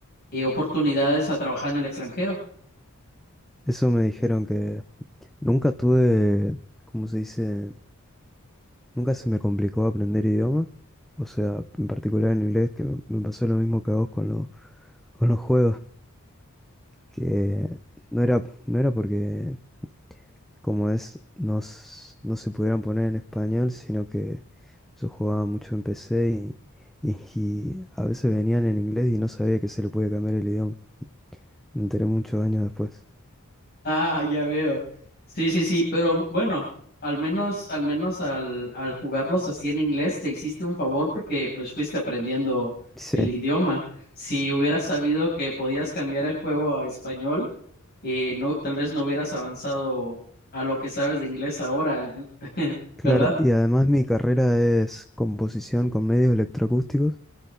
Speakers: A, on the left; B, in the centre.
A: eh, oportunidades a trabajar en el extranjero.
B: Eso me dijeron que nunca tuve, ¿cómo se dice? Nunca se me complicó aprender idioma. O sea, en particular en inglés, que me, me pasó lo mismo que a vos con, lo- con los juegos. que no era, no era porque, como es, nos, no se pudieran poner en español, sino que yo jugaba mucho en PC y, y- y a veces venían en inglés y no sabía que se le podía cambiar el idioma. Me enteré muchos años después.
A: Ah, ya veo. Sí, sí, sí, pero bueno, al menos, al menos al, al jugarlos así en inglés te hiciste un favor porque pues fuiste aprendiendo
B: Sí,
A: el idioma. Si hubieras sabido que podías cambiar el juego a español, eh, no, tal vez no hubieras avanzado a lo que sabes de inglés ahora, <laughs>
B: claro,
A: ¿verdad?
B: y además mi carrera es composición con medios electroacústicos.